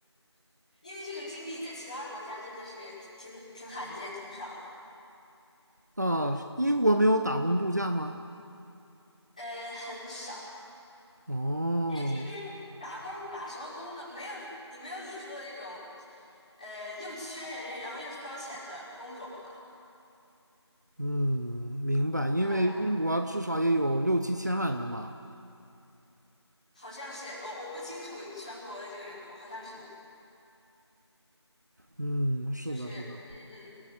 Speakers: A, on the left; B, on the right.
A: <laughs> 因为这个经历在其他国家真的是挺挺罕见、挺少的，
B: 啊，英国没有打工度假吗？
A: 呃，很少。
B: 哦，
A: 因为这边打工打什么工呢？没有你没有你说的这种，呃，又缺人，然后又消遣的工种啊，
B: 嗯，明白，因为英国至少也有六七千万人吧。
A: 对吧？好像是，我我不清楚全国的这个人口，好像是的，
B: 嗯，是的，
A: 就是嗯嗯。
B: 是的，